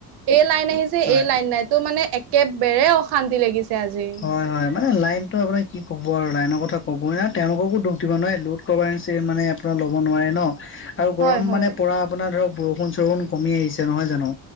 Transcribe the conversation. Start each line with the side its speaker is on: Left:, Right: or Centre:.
Right: এই লাইন আহিছে
Left: হয়
Right: এই লাইন নাই তো মানে একেবৰে অহা,, শান্তি লাগিছে আজি।
Left: হয়ঁ হয়ঁ মানে লাইনটো আপোনাৰ কি ক'ব আৰু লাইনৰ কথা ক'বই ন তেওঁলোককো দুখ দিব নোৱাৰে লোড,,, ক'বই নাচে মানে আপোনাৰ ল'ব নোৱাৰে ন। আৰু গৰম
Right: হয় হয়
Left: মানে পৰা আপোনাৰ ধৰক বৰষুণ চৰষুণ কমি আহিছে নহয় জানো